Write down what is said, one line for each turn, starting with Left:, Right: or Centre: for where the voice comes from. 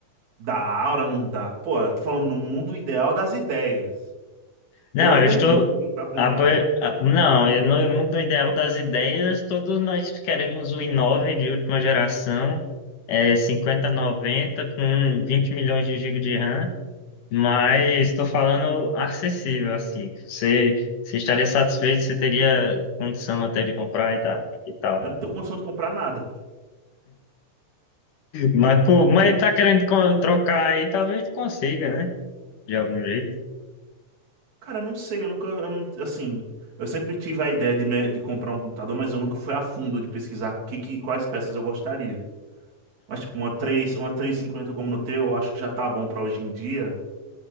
Right: da Aura não dá. Pô, eu tô falando no mundo ideal das ideias.
Left: Não,
Right: Eu ainda
Left: eu estou.
Right: não tenho dinheiro pra comprar.
Left: apo- a- Não, eu- no mundo ideal das ideias, todos nós queremos o i9 de última geração, é, 5090 com 20 milhões de gigas de RAM, mas estou falando acessível, assim. Você, você estaria satisfeito, você teria condição até de comprar e tal. E tal.
Right: Eu não tenho condição de comprar nada.
Left: Mas, pô, mas tá querendo co- trocar aí, talvez consiga, né? De algum jeito.
Right: Cara, eu não sei, eu nunca, eu não- assim, eu sempre tive a ideia de, me- de comprar um computador, mas eu nunca fui a fundo de pesquisar que, que- quais peças eu gostaria. Mas tipo, uma três, uma três e cinquenta como no teu, eu acho que já tá bom pra hoje em dia.